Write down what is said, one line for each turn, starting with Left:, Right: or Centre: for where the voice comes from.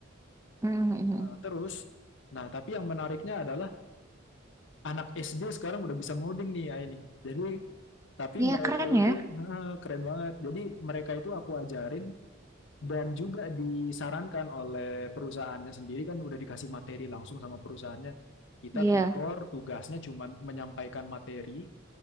Right: Mhm, mhm, mhm.
Left: Nah, terus, nah tapi yang menariknya adalah anak SD sekarang udah bisa ngoding nih ya ini. Jadi, tapi
Right: Iya
Left: mereka
Right: keren
Left: itu,
Right: ya.
Left: <laughs> keren banget. Jadi mereka itu aku ajarin Dan juga disarankan oleh perusahaannya sendiri kan udah dikasih materi langsung sama perusahaannya. Kita
Right: Iya.
Left: tutor, tugasnya cuma menyampaikan materi,